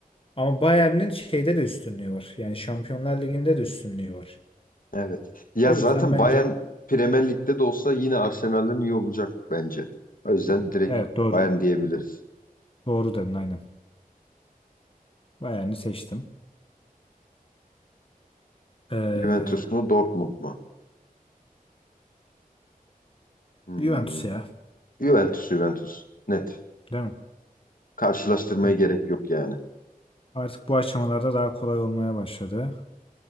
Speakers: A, on the left; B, on the left.
A: Ama Bayern'in şeyde de üstünlüğü var. Yani Şampiyonlar Ligi'nde de üstünlüğü var.
B: Evet. Ya
A: O
B: zaten
A: yüzden bence
B: Bayern Premier Lig'de de olsa yine Arsenal'den iyi olacak bence. O yüzden direkt
A: evet doğru.
B: Bayern diyebiliriz.
A: Doğru dedin aynen. Bayern'i seçtim. Ee,
B: Juventus mu Dortmund mu? Hmm.
A: Juventus ya.
B: Juventus Juventus. Net.
A: Değil mi?
B: Karşılaştırmaya
A: Hani
B: gerek yok yani.
A: artık bu aşamalarda daha kolay olmaya başladı.